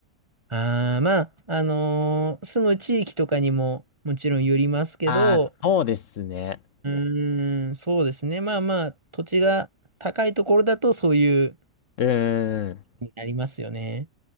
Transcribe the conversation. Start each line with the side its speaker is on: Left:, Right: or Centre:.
Right: ああ、まあ、あのー住む地域とかにももちろんよりますけど、
Left: ああ、そうですね。
Right: うーん、そうですね。まあまあ、土地が高いところだとそういう、
Left: うーん。
Right: になりますよね。